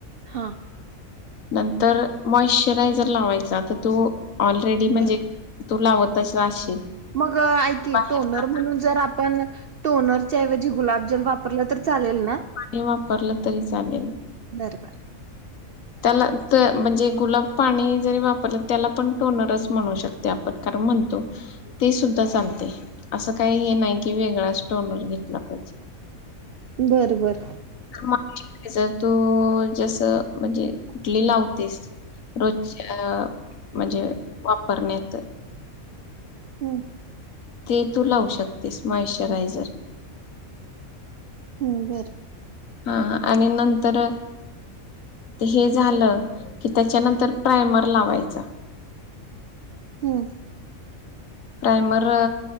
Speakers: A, on the right; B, on the left.
A: हा
B: नंतर मॉइशचरायझर लावायचा तर तू ऑलरेडी म्हणजे
A: बर
B: तू लावतच असशील
A: मग ऐ क
B: बाहेरच
A: टोनर म्हणून जर आपण टोनर ऐवजी गुलाबजल वापरलं तर चालेल ना
B: पाणी वापरलं तरी चालेल
A: बर बर
B: त्याला ते म्हणजे गुलाब पाणी जरी वापरलं त्याला पण टोनरच म्हणू शकतेय आपण. तर म्हणतो ते सुद्धा चालते असं काय हे नाइ की वेगळा असं टॉलर घेतला पाहीजे.
A: बर बर
B: मच जर तू जस मणजे कुटली लावतेस रोजच्या मणजे वापरण्यात
A: हम्म
B: ते तू लावू शकतेस मॉइश्चरायझर.
A: हूं बरं
B: हा आणि नंतर ते हे झालं की त्याच्यानंतर प्रायमर लावायचा.
A: हम्
B: प्रायमर